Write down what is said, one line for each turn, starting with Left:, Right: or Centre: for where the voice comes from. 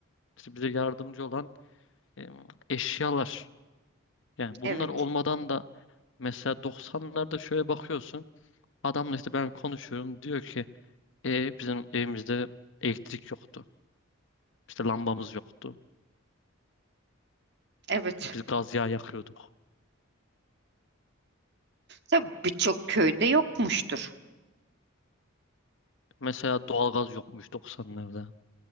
Left: işte bize yardımcı olan e, eşyalar. Yani bunlar
Right: evet,
Left: olmadan da mesela doksanlarda şöyle bakıyorsun. Adamla işte ben konuşuyorum. Diyor ki "E, bizim evimizde elektrik yoktu. İşte lambamız yoktu.
Right: evet.
Left: Biz gaz yağı yakıyorduk.
Right: Tabii birçok köyde yokmuştur.
Left: Mesela doğalgaz yokmuş 90'larda.